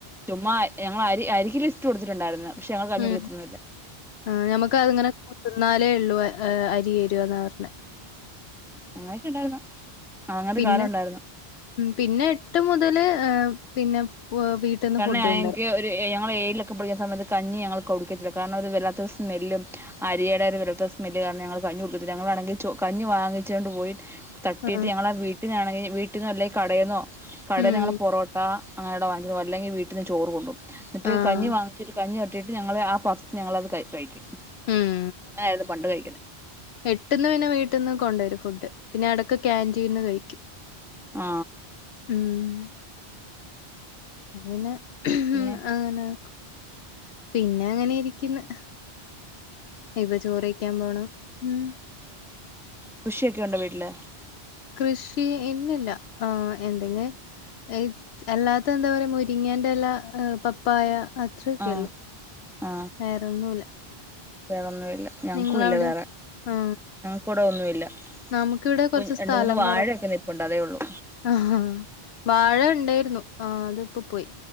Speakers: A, in the centre; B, on the left (about 75°).
A: ചുമ്മാ ഞങ്ങള് അരി അരിക്കും ലിസ്റ്റ് കൊടുത്തിട്ടുണ്ടായിരുന്നു പക്ഷെ ഞങ്ങൾ കഞ്ഞി
B: ഉം
A: കുടിക്കത്തൊന്നുല്ല.
B: ആ ഞമ്മക്ക് അതിങ്ങനെ കൊ ത്തിന്നാലേ ഉള്ളൂ അരി തേരുകെന്ന പറഞെ.
A: അങ്ങനെയൊക്കെ ഉണ്ടായിരുന്നു അങ്ങനത്തെ
B: പിന്നെ
A: കാലം ഉണ്ടായിരുന്നു
B: പിന്നെ എട്ട് മുതല് പിന്നെ പ് വീട്ടിന്ന്
A: <unintelligible>
B: ഫുഡ്
A: ആയെങ്കി
B: കൊണ്ടരും
A: ഒരു എയാം ഞങ്ങള് ഏഴിലൊക്കെ പഠിക്കുന്ന സയത്ത് കഞ്ഞി ഞങ്ങള് കുടിക്കത്തില്ല, കാരണം ഒരു വല്ലാത്തൊരു സ്മെല്ലും, അരിയടെ ഒരു വല്ലാത്ത സ്മെല്ലും കാരണം ഞങ്ങള് കഞ്ഞി കുടിക്കത്തില്ല ഞങ്ങളാണെങ്കി ചോ കഞ്ഞി വാങ്ങിച്ചോണ്ട് പോയി തട്ടിയിട്ട്
B: ആ
A: ഞങ്ങളെ വീ വീട്ടിന്നാണെങ്കി വീട്ടില്ന്നൊ അല്ലേ കടേന്നോ കട
B: ഉം
A: ഞങ്ങള് പൊറോട്ട അങ്ങനെയുള്ള വാ <unintelligible> അല്ലെങ്കി വീട്ടിന്ന് ചോറ് കൊണ്ടോ ഇന്നിട്ട്
B: ആഹ്
A: കഞ്ഞി വാങ്ങിച്ചിട്ട് കഞ്ഞി എ ട്ടിട്ട് ഞങ്ങള് ആ പാത്രത്തിന്ന് ഞങ്ങളത് കഴി കഴിക്കും
B: ഉം
A: അങ്ങനെയായിരുന്നു പണ്ട് കഴിക്കുന്നത്
B: എട്ട്ന്ന് പിന്നെ വീട്ടിന്ന് കൊണ്ടോരും ഫുഡ് പിന്നെ എട <unintelligible> ക്യാൻ്റീൻ ന്നു കഴിക്കും
A: ആ
B: ഉം <unintelligible> <unintelligible>
A: പിന്നെ
B: പിന്നെ അങ്ങനെ ഇരിക്കുന്നു ചോറിക്കാൻ പോണം ഉം
A: കൃഷിയൊക്കെണ്ടോ വീട്ടില്
B: കൃഷി ഇന്നില്ല ആ എന്തെ <unintelligible> അല്ലാത്ത എന്താ പറയാ മുരിങ്ങേന്റെ എല പപ്പായ അത്രയേക്കെള്ളു
A: ആ ആ
B: വേറെന്നുല്ല
A: വേറൊന്നുമില്ല ഞങ്ങൾക്കും
B: നിങ്ങളവിടെയൊ
A: ഇല്ല വേറെ
B: ആ
A: ഞങ്ങക്കിവിടെ ഒന്നുമില്ല
B: നമുക്കിവിടെ കുറച്ച്
A: കു രണ്ട്
B: സ്ഥലം
A: മൂന്ന് വാഴയൊക്കെ
B: കൊറ.
A: നിപ്പുണ്ട് അതേ ഉള്ളൂ
B: ആഹ് വാഴ ഇണ്ടയ്രുന്നു ആഹ് അത് ഇപ്പൊ പോയി